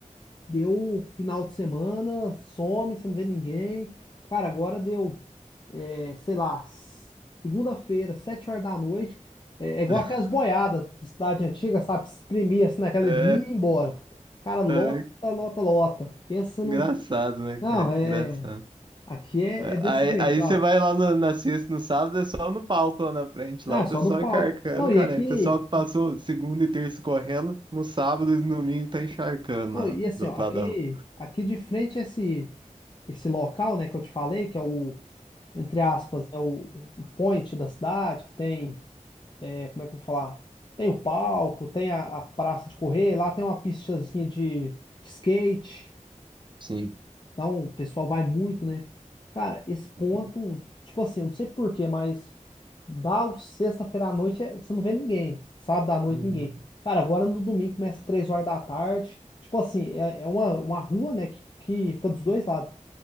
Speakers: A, on the left; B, on the right.
A: Deu final de semana, some, você não vê ninguém. Cara, agora deu, é, sei lá, s- segunda-feira, sete horas da noite. É, é igual
B: <laughs>
A: aquelas boiadas de cidade antiga, sabe? Que se exprimia assim naquela
B: É,
A: via e ia embora. Cara, lota,
B: é,
A: lota, lota. Pensa num.
B: engraçado, né,
A: Não,
B: cara?
A: é.
B: Engraçado.
A: Aqui é, é desse
B: Aí,
A: jeito,
B: aí
A: sabe?
B: você vai lá na, na sexta, no sábado, é só no palco lá na frente,
A: Não,
B: lá
A: é
B: o
A: só
B: pessoal
A: no palco.
B: encharcando,
A: Não, e
B: caneco.
A: aqui.
B: O pessoal que passou segunda e terça correndo, no sábado e no domingo tá encharcando
A: Não,
B: lá,
A: e assim,
B: do
A: ó,
B: outro
A: aqui,
B: lado da rua.
A: aqui de frente esse esse local, né, que eu te falei, que é o, entre aspas, né, o, o point da cidade, que tem, é, como é que eu vou falar? Tem o palco, tem a, a praça de correr, lá tem uma pistazinha de, de skate,
B: Sim.
A: então o pessoal vai muito, né? Cara, esse ponto,
B: Uhum.
A: tipo assim, eu não sei por quê, mas Dá o sexta-feira à noite, é- você não vê ninguém. Sábado à noite,
B: Uhum.
A: ninguém. Cara, agora no domingo começa três horas da tarde. Tipo assim, é, é uma, uma rua, né, que, que fica dos dois lados.